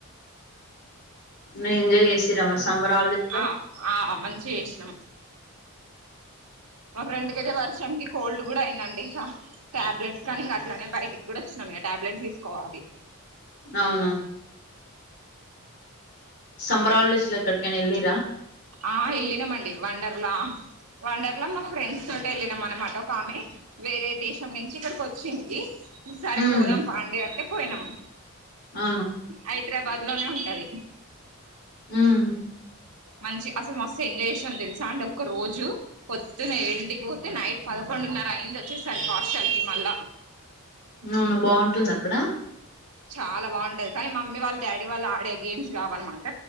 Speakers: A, on the left (about 45°); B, on the right (about 85°).
A: నే ఎంజాయ్ చేసిర్రా మరి సమ్మర్ హాలీడేస్
B: ఆ ఆ మంచిగ చేసినం మా ఫ్రెండ్కయితే వర్షంకి కోల్డ్ కూడా అయిందండి టాబ్లెట్స్కనీ అట్లనే బయటికి కూడా వచ్చినాం టాబ్లెట్స్ తీసుకోవాలి
A: అవునా సమ్మర్ హాలీడేస్ లో ఎక్కడికైనా ఎళ్ళిర
B: ఆ ఎళ్ళినమండి వండర్లా వండర్ అట్ల మా ఫ్రెండ్స్ తోటి వెళ్ళినాం అనమాట ఒక ఆమె వేరే దేశం నుంచి ఇక్కడికి వచ్చింది సరే
A: ఉమ్
B: పోదాం పాండి అంటే పోయినం
A: ఆ
B: హైదరాబాద్లోనే ఉంటది
A: ఉఉం
B: మంచి అసలు మస్తు ఎంజాయ్ చేసినాం తెలుసా అంటె ఒక్క రోజు పొద్దున ఏడింటికి పోతే నైట్ పదకొండున్నర అయింది వచ్చేసరికి హాస్టల్కి మళ్ళా
A: అవును బాగుంటుంది అక్కడ
B: చాలా బాగుంటది కానీ మమ్మీ వాళ్ళు డాడీ వాళ్ళు ఆడే గేమ్స్ కావన్నమాట